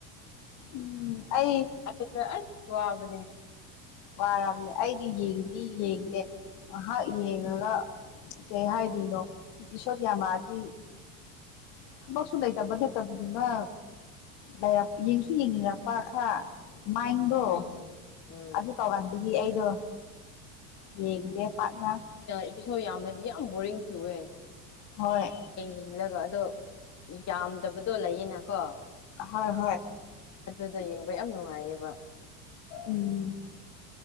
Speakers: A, on the left; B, on the left.
A: ꯎꯝ ꯑꯩ
B: ꯑꯗꯨꯗ ꯑꯁ ꯋꯥꯕꯅꯦ
A: ꯋꯥꯔꯝꯅꯦ ꯑꯩꯗꯤ ꯌꯦꯡꯗꯤ ꯌꯦꯡꯗꯦ ꯉꯥꯏꯍꯥꯛ ꯌꯦꯡꯉꯒ ꯀꯩ ꯍꯥꯏꯗꯣꯏꯅꯣ ꯏꯄꯤꯁꯣꯠ ꯌꯥꯝꯃꯛꯑꯗꯤ ꯊꯕꯛ ꯁꯨ ꯂꯩ ꯇꯕ ꯅꯠꯇꯕ ꯅꯤꯅ ꯂꯩꯔꯞ ꯌꯦꯡꯁꯨ ꯌꯦꯡꯅꯤꯡꯉꯛꯄ ꯈꯥꯔ ꯃꯥꯏꯟꯗꯣ
B: ꯎꯝ ꯎꯝ
A: ꯑꯗꯨ ꯇꯧꯍꯟꯕꯒꯤ ꯑꯩꯗꯣ ꯌꯦꯡꯗꯦ ꯄꯥꯛꯅ
B: ꯏꯄꯤꯁꯣꯠ ꯌꯥꯝꯔꯗꯤ ꯌꯥꯝ ꯕꯣꯔꯤꯡ ꯆꯨꯏꯑꯦ
A: ꯍꯣꯏ
B: ꯌꯦꯡꯁꯤꯜꯂꯒ ꯑꯗꯣ ꯌꯥꯝꯗꯕꯗꯣ ꯂꯩꯌꯦꯅꯀꯣ
A: ꯍꯣꯏ ꯍꯣꯏ
B: ꯑꯗꯨꯗꯣ ꯌꯦꯡꯕ ꯌꯥꯝ ꯅꯨꯡꯉꯥꯏꯌꯦꯕ
A: ꯎꯝ